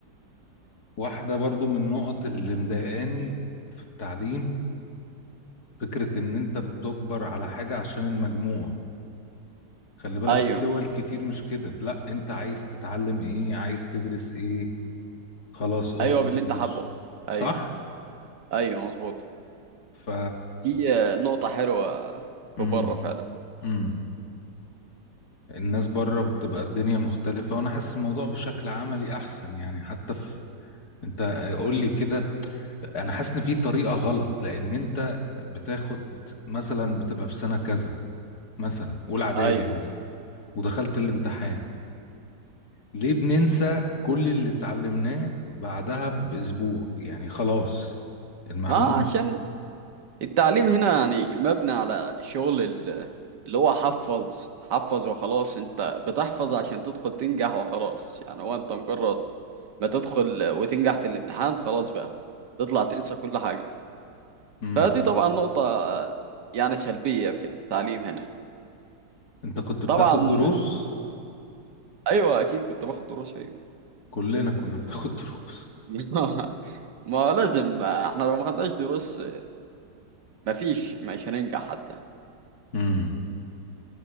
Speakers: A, on the left; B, on the right.
A: واحدة برضو من النقط اللي مضايقاني في التعليم فكرة ان انت بتجبر على حاجة عشان المجموع خلي بالك
B: ايوه
A: في دول كتير مش كده لا انت عايز تتعلم ايه عايز تدرس ايه خلاص ادخل
B: ايوه باللي انت
A: ادرس
B: حابه ايوه
A: صح
B: ايوه مظبوط
A: ف
B: دي آه، نقطة حلوة في
A: امم
B: بره فعلا
A: امم الناس بره بتبقى الدنيا مختلفة وانا حاسس الموضوع بشكل عملي احسن يعني حتى في انت قول لي كده انا حاسس ان في طريقة غلط لان انت بتاخد مثلا بتبقى في سنة كذا مثلا اولى اعدادي
B: ايوه
A: مثلا ودخلت الامتحان ليه بننسى كل اللي اتعلمناه بعدها بأسبوع يعني خلاص المعلومة
B: ما عشان التعليم هنا يعني مبني على شغل ال- اللي هو حفظ حفظ وخلاص انت بتحفظ عشان تدخل تنجح وخلاص يعني هو انت مجرد ما تدخل وتنجح في الامتحان خلاص بقى تطلع تنسى كل حاجة
A: امم
B: فدي طبعا نقطة آه، يعني سلبية في التعليم هنا
A: انت كنت بتاخد
B: طبعا
A: دروس
B: ايوه اكيد كنت باخد دروس فيه
A: كلنا كنا بناخد <laughs> دروس
B: <laughs> ما لازم احنا لو ما خدناش دروس مفيش مش هننجح حتى
A: امم